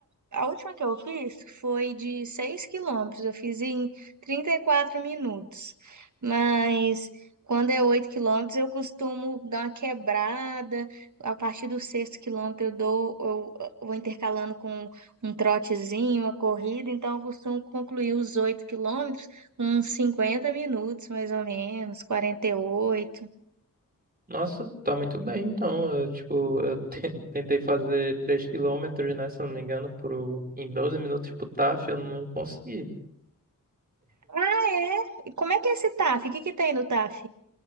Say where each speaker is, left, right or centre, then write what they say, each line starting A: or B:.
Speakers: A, on the right; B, on the right.
A: a última que eu fiz foi de 6 quilômetros. Eu fiz em 34 minutos. Mas quando é 8 quilômetros, eu costumo dar uma quebrada. A partir do sexto quilômetro, eu dou, eu, eu vou intercalando com um trotezinho, uma corrida. Então, eu costumo concluir os 8 quilômetros com uns 50 minutos, mais ou menos, 48.
B: Nossa, tá muito bem, então. Eu, tipo, eu te- <laughs> eu tentei fazer 3 km, né, se eu não me engano, pro... em 12 minutos pro TAF, eu não consegui.
A: Ah, é? E como é que é esse TAF? O que que tem no TAF?